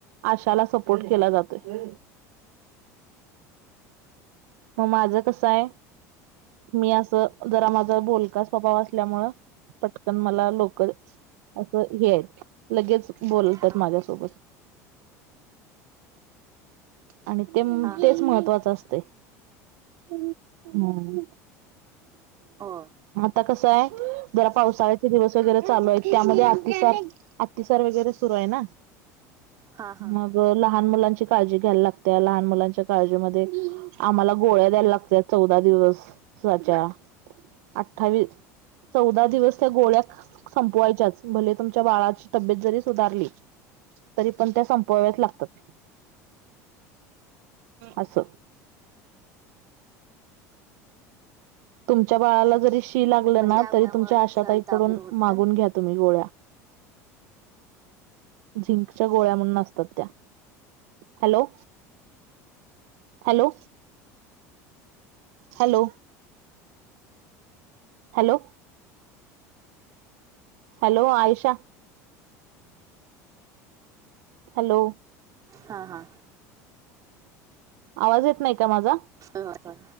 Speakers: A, on the right; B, on the right.
A: आशाला सपोर्ट केला जातोय. मग माझं कसं आहे मी असं जरा माझ बोलका स्वभाव असल्यामुळ पटकन मला लोक असं हे आहेत. लगेच बोलतात
B: हां
A: माझ्यासोबत. आणि ते
B: हां हां
A: तेच महत्वाचं असतय. हम्म.
B: हो
A: आता कसंय, जरा पावसाळ्याचे दिवस वगैरे चालूये. त्यामध्ये अतिसार अतिसार वगैरे सुरूय ना.
B: हां हां
A: मग लहान मुलांची काळजी घ्यायला लागते. लहान मुलांच्या काळजी मध्ये आम्हाला गोळ्या द्यायला लागतात. चौदा दिवसाच्या. अठ्ठावीस चौदा दिवस त्या गोळ्या संपवायच्याच. भले तुमच्या बाळाची तब्येत जरी सुधारली, तरी पण त्या संपवाव्याच लागतात. अस. तुमच्या बाळाला जरी शी लागलं
B: म्हणजे
A: ना,
B: त्या
A: तरी
B: गोळ्यामुळे
A: तुमच्या आशाताईकडून
B: चल ताप वगैरे होत
A: मागून
B: काय
A: घ्या. तु्ही गोळ्या. झिंकच्या गोळ्या म्हणून असतात त्या. Hello. Hello. Hello. Hello. Hello Ayusha. Hello.
B: हा हा.
A: आवाज येत नाही का माझा?
B: हो हो.